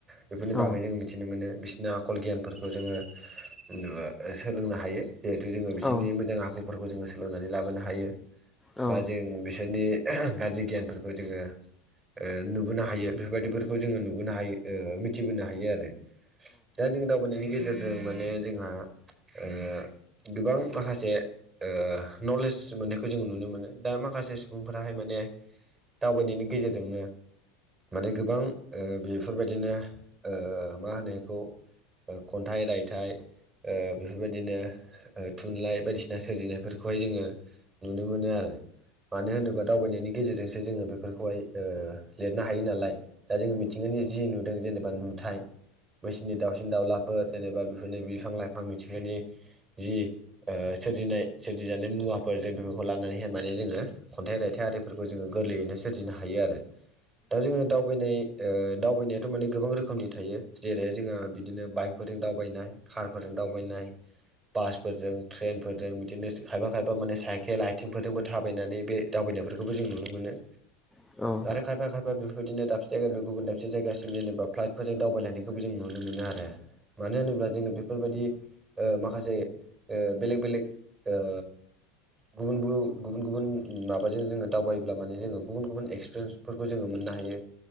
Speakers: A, on the right; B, in the centre.
A: बेफोरनि
B: औ
A: बागै जों मि थिनो मोनो बिसिनि आखल गियानफोरखौ जोङो <unintelligible> सोलोंनो हायो जिहेथु जोङो बिसोरनि
B: औ
A: मोजां आखल फोरखौ जोङो सोलोंनानै लाबोनो हायो
B: औ
A: बा जों बिसोरनि गाज्रि गियानफोरखौ जोङो ओ नुबोनो हायो बेफोरबायदिफोरखौ जोङो नुबोनो हायो। ओ मिथिबोनो हायो आरो दा जों <unintelligible> <unintelligible> नायनि गेजेरजों माने जोंहा ओ गोबां माखासे ओ नलेज मोन्नायखौ जों नुनो मोनो। दा माखासे सुबुंफोराहाय माने दावबायनायनि गेजेरजोंनो माने गोबां ओ बेफोरबायदिनो ओ मा होनो इखौ ओ खन्थाइ रायथाइ ओ बेफोरबायदिनो ओ थुनलाइ बायदिसिना सोरजिनायफोरखौहाय जोङो नुनो मोनो आरो। मानो होनोबा दावबायनायनि गेजेरजोंसो जोङो बेफोरखौहाय ओ लिरनो हायो नालाय। दा जोङो मिथिंगानि जि नुदों जेनेबा नुथाय <unintelligible> <unintelligible> दाउलाफोर जेनेबा बेफोरनि बिफां लाइफां मिथिंगानि जि ओ सोरजिनाय सोरजिजानाय मुवाफोर जों बेफोरखौ लानानैहाय माने जोङो खन्थाइ रायथाइ आरिफोरखौ जोङो गोरलैयैनो सोरजिनो हायो आरो। दा जोङो दावबायनाय ओ दावबायनायाथ' माने गोबां रोखोमनि थायो जेरैहाय जोंहा बिदिनो बाइकफोरजों दावबायनाय कारफोरजों दावबायनाय बासफोरजों ट्रेन फोरजों बिदिनो खायफा खायफा माने साइकेल आइथिंफोरजों बो थाबायनानै बे दावबायनायफोरखौबो जों नुनो मोनो
B: औ
A: आरो खायफा खायफा बेफोरबायदिनो दाबसे जायगाफोर गुबुन दाबसे जायगासि जेनेबा फ्लाइटफोरजों दावबायलायखौबो जों नुनो मोनो आरो आरो मानो होनोब्ला जोङो बे बेफोरबायदि ओ माखासे बेलेग बेलेग ओ गुबुन गुबुन गुबुन माबाजों जोङो दावबायोब्ला माने जोङो गुबुन गुबुन एक्सपिरियेन्स फोरखौ जोङो मोननो हायो